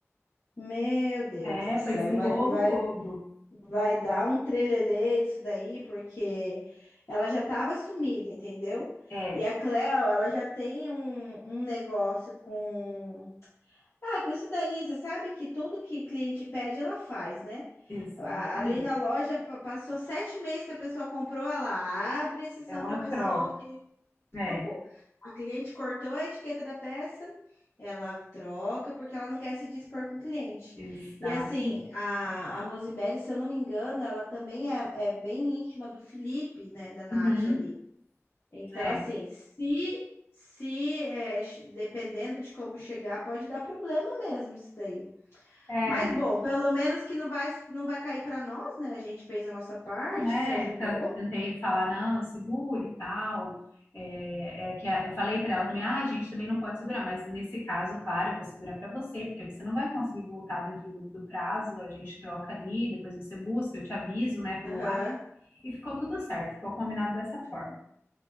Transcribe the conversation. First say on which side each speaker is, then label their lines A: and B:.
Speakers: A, on the left; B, on the left.
A: Meu Deus
B: É,
A: do céu,
B: foi esse
A: vai,
B: rolo
A: vai,
B: todo.
A: Vai dar um trelelê disso daí, porque ela já estava sumida, entendeu?
B: É,
A: E a Cleo, ela já tem um, um negócio com. Ah, com isso daí, você sabe que tudo que cliente pede, ela faz, né?
B: exatamente.
A: A- Ali na loja, pa- passou sete meses que a pessoa comprou, ela abre a sessão
B: Ela
A: para a pessoa
B: troca. É,
A: trocou. A cliente cortou a etiqueta da peça, ela troca porque ela não quer se dispor com o cliente.
B: exatamente.
A: E assim, a, a Rosemary, se eu não me engano, ela também é, é bem íntima do Felipe, né, da Nath
B: Uhum,
A: ali. Então,
B: é.
A: assim, se, se é, ch- dependendo de como chegar, pode dar problema mesmo isso daí.
B: É,
A: Mas bom, pelo menos que não vai, não vai cair para nós, né? A gente fez a nossa parte,
B: Não é,
A: se ajudou.
B: eu t- tentei falar, não, segure e tal. É, é que a- eu falei para ela também, ah, a gente também não pode segurar, mas nesse caso, claro, eu vou segurar para você, porque você não vai conseguir voltar dentro do, do prazo, a gente troca ali, depois você busca, eu te aviso, né, pelo
A: Aham.
B: WhatsApp, e ficou tudo certo, ficou combinado dessa forma.